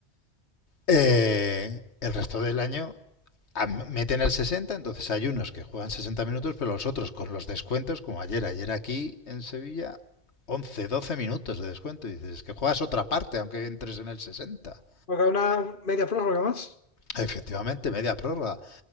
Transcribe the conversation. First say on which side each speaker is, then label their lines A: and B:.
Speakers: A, on the left (about 85°); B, on the left (about 50°).
A: eh, el resto del año a- meten el 60, entonces hay unos que juegan 60 minutos, pero los otros con los descuentos, como ayer, ayer aquí en Sevilla, 11, 12 minutos de descuento. Y dices, es que juegas otra parte, aunque entres en el 60.
B: Porque hay una media prórroga más.
A: Efectivamente, media prórroga.